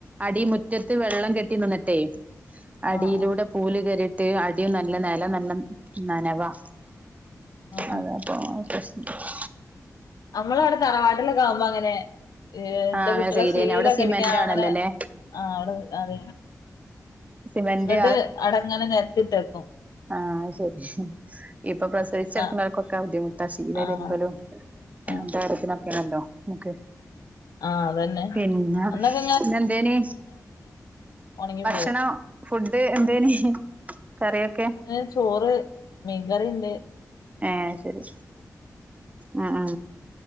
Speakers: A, on the right (about 25°); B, on the left (about 80°).
A: അടി മുറ്റത്ത് വെള്ളം കെട്ടി നിന്ന്ട്ടെ അടിയിലൂടെ
B: ആഹ് ആഹ്
A: പൂല് കയറിട്ട് അടിയും നല്ല നെലം നല്ല നനവാ
B: ആഹ്
A: അത
B: ആഹ്
A: <unintelligible>
B: നമ്മള അവിടെ തറവാട്ടിലൊക്കെ ആകുമ്പോ അങ്ങനെ എന്റെ
A: ആഹ് അങ്ങനെ
B: കുട്ടികളെ
A: ചെയ്തേന്
B: ശീലൊക്കെ
A: അവിടെ സിമെന്റ്
B: അടിക്കാൻ
A: ആണല്ലോല്ലേ
B: അങ്ങനെ ആ അവിടെ അത
A: സിമെന്റ്
B: എന്നിട്ട് അടങ്ങനെ നിരത്തിട്ടേക്കും
A: ആഹ ശരി ഇപ്പൊ പ്രസവിച്ച ട്ക്ക്ണോൽക്കൊക്കെ
B: ആഹ്
A: ബുദ്ധിമുട്ട ശീല
B: ആഹ്
A: തിര്മ്പലും <unintelligible>
B: ആഹ്
A: ക്ക്
B: ആഹ് അതന്നെ
A: പിന്നെ
B: അന്നൊക്കെ
A: ഇന്ന എന്തേനി
B: ഉണങ്ങി പോ
A: ഭക്ഷണം ഫുഡ് എന്തേനി കറിയൊക്കെ
B: ഏ ചോറ് മീകറിണ്ട്
A: ഏ ശരി അ ആ